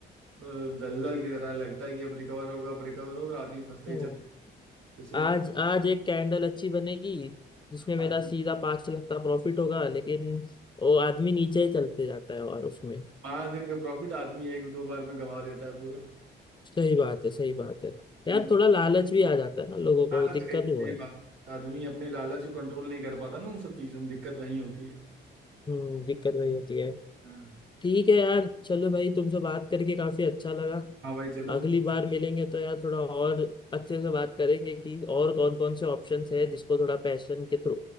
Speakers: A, on the right; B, on the left.
A: तो दलदल की तरह लगता है कि अब रिकवर होगा अब रिकवर होगा आदमी फंसता ही
B: हम्म।
A: चला जाता है। इसीलिए
B: आज
A: ना,
B: आज एक कैंडल अच्छी बनेगी जिसमें
A: <laughs>
B: मेरा सीधा पांच लाख का प्रॉफिट होगा लेकिन वो आदमी नीचे ही चलते जाता है और उसमें
A: पाँच दिन का प्रॉफिट आदमी एक दो बार में गवा देता है पूरा
B: सही बात है सही बात है
A: ना,
B: यार थोड़ा लालच भी आ जाता है ना लोगों को
A: लालच
B: दिक्कत
A: का ये सही
B: वो है
A: बात है आदमी अपने लालच को कंट्रोल नहीं कर पाता ना उन सब चीजों में दिक्कत वही होती है
B: हम्म दिक्कत वही होती है
A: हाँ
B: ठीक है यार चलो भाई तुमसे बात करके काफी अच्छा लगा
A: हाँ भाई चलो
B: अगली बार मिलेंगे तो यार थोड़ा और अच्छे से बात करेंगे कि और कौन कौन से ऑप्शंस है जिसको थोड़ा पैशन के थ्रू